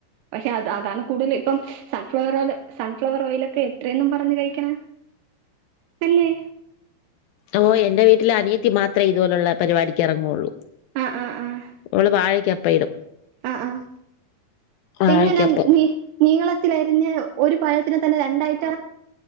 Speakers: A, on the right; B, on the left.
A: പഷെ അത അതാന്ന് കൂടുതൽ ഇപ്പം സൺഫ്ലവർ ഓയില് സൺഫ്ലവർ ഓയിലൊക്കെ എത്രേന്നും പറഞ്ഞ് കഴിക്ക്ണെ അല്ലേ
B: ഓഹ് എന്റെ വീട്ടിൽ അനിയത്തി മാത്രേ ഇതുപോലൊള്ള പരിപാടിക്ക് എറങ്ങോള്ളൂ
A: ആഹ് ആഹ് ആഹ്
B: മ്മള് വാഴക്കാപ്പയിടും
A: ആഹ് ആഹ്
B: വാഴക്കപ്പം
A: ഇങ്ങന നീ നീളത്തിലരിഞ്ഞ ഒരു പഴത്തിനെ തന്നെ രണ്ടായിട്ട